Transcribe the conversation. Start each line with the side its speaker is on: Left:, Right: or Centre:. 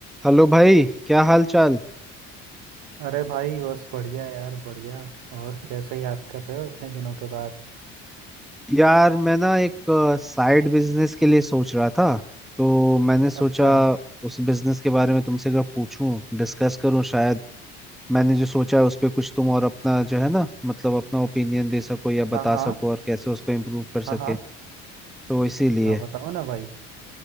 Centre: Hello भाई क्या हाल चाल
Right: अरे भाई बस बढ़िया यार बढ़िया और कैसे याद कर रहे हो इतने दिनों के बाद
Centre: यार मैं ना एक साइड बिजनेस के लिए सोच रहा था तो मैंने सोचा
Right: अच्छा
Centre: उस बिजनेस के बारे में तुमसे अगर पूछूं डिस्कस करूं शायद मैंने जो सोचा है उस पे कुछ तुम और अपना जो है ना मतलब अपना ओपिनियन दे सको या
Right: हाँ
Centre: बता
Right: हाँ
Centre: सको और कैसे उसको इम्प्रूव कर
Right: हाँ
Centre: सके
Right: हाँ
Centre: तो इसीलिए
Right: हाँ बताओ ना भाई